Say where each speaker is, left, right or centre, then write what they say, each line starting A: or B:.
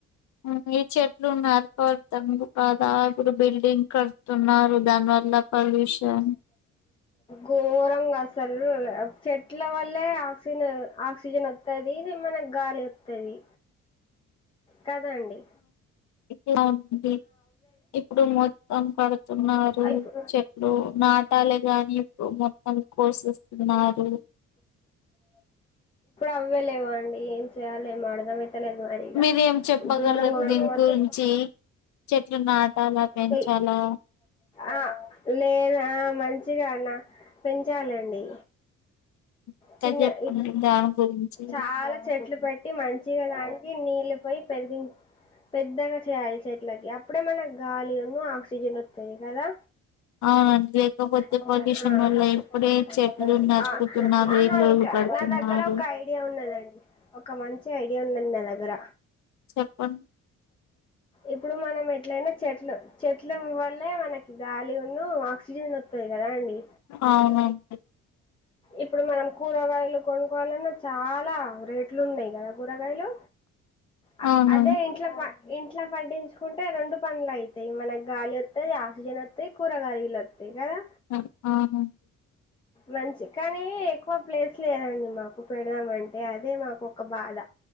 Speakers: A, on the left; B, on the left.
A: ఉమ్ ఈచర్ లు మరకడతంబు కాదా ఇప్పుడు బిల్డింగ్ కడుతున్నారు దాని వల్ల పొల్యూషన్
B: ఘోరంగా అసలు చెట్ల వల్లే ఆక్సిజన్ ఆక్సిజన్ వస్తది మనకు గాలి వస్తది. కదండి
A: ఇట్లా ఉంది ఇప్పుడు మొత్తం కడుతున్నారు
B: అయిపో
A: చెట్లు నా కట్టాలే గాని ఇప్పుడు మొత్తం కోసిస్తున్నారు
B: నువ్వలేవు అండి ఏం చేయాల ఏం అర్ధం అయితలేదు మరి ఇగ
A: మీరేం చెప్పగలరు
B: ఘోరంగా ఉడక
A: దీని
B: పొత్త
A: గురించి చెట్లు నాటాలా పెంచాలా
B: లేే ఆ లేదా ఆ మంచిగా అన్న పెంచాలండి
A: ఎట్లా
B: చిన్న
A: చెప్పండి
B: ఈ
A: దాని గురించి
B: చాలా చెట్లు పెట్టి మంచిగాదానికి నీళ్లు పోయి పెరిగిన్ పెద్దగా చేయాలో చేట్లాకి అప్పుడే మన గాలి ఉన్ను ఆక్సిజన్ వస్తాయి కదా
A: అవునండి లేకపోతే
B: ఆ
A: పొల్యూషన్ వల్ల
B: చ్మ్
A: ఇప్పుడే చెట్లు నరుకుతున్నారు
B: ఆ ఆహా
A: ఇల్లులు
B: ఇక
A: కడుతున్నారు
B: నా దగ్గర ఒక ఐడియా ఉన్నదండి ఒక మంచి ఐడియా ఉన్నది నా దగ్గర
A: చెప్పండి
B: ఇప్పుడు మనం ఎట్లయినా చెట్లు చెట్ల వల్లే మనకి గాలి ఉన్న ఆక్సిజన్ వతది కదా అండి
A: అవునండి
B: ఇప్పుడు మనం కూరగాయలు కొనుక్కోవాలన్నా చాలా రేట్లు ఉన్నాయి కదా కూరగాయలు ఆ
A: అవునండి
B: అదే ఇంట్లో ప ఇంట్లో పడ్డించుకుంటే రెండు పనులు అయితాయి మనకి గాలి వత్తయి ఆక్సిజన్ వత్తయి కూరగాయాలు వత్తయి కదా
A: ఆ అవును
B: మంచి కానీ ఎక్కువ ప్లేస్ లేదండి మాకు పెడదామ అంటే అదే మాకు ఒక బాధ